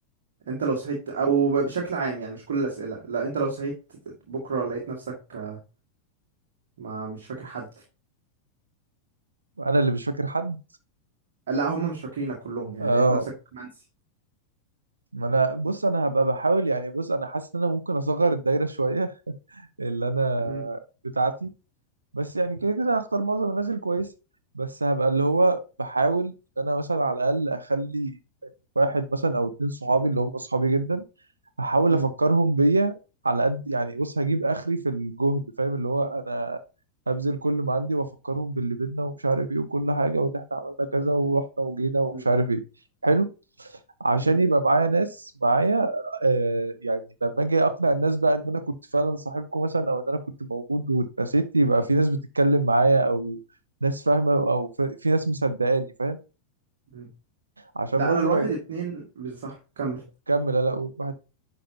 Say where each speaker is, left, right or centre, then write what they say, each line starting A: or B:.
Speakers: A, on the right; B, on the right.
A: انت لو صحيت او ب- بشكل عام يعني مش كل الأسئلة لا انت لو صحيت بكرة لقيت نفسك آه، ما مش فاكر حد
B: انا اللي مش فاكر حد
A: لا هم مش فاكرينك كلهم يعني
B: اه
A: لقيت نفسك منسي
B: ما انا بص انا هبقى بحاول يعني بص انا حاسس ان انا ممكن اصغر الدايره شويه <laughs> اللي انا
A: مم،
B: بتاعتي بس يعني كده كده هختار معظم الناس الكويسه بس هبقى اللي هو بحاول ان انا مثلا على الاقل اخلي واحد مثلا او اتنين صحابي اللي هم صحابي جدا هحاول
A: مم،
B: افكرهم بيا على قد يعني بص هجيب اخري في الجهد فاهم اللي هو انا هبذل كل ما عندي وافكرهم باللي بينا ومش عارف ايه وكل حاجه وان احنا عملنا كذا ورحنا وجينا ومش
A: مم،
B: عارف ايه حلو عشان
A: مم،
B: يبقى معايا ناس معايا آه يعني لما اجي اقنع الناس بقى ان انا كنت فعلا صاحبكم مثلا او ان انا كنت موجود واتنسيت يبقى في ناس بتتكلم معايا او ناس فاهمه او ف- في ناس مصدقاني فاهم
A: مم.
B: عشان
A: لا
B: برضو
A: انا الواحد
B: لو
A: اتنين بز- صح كمل
B: كمل لا اقول واحد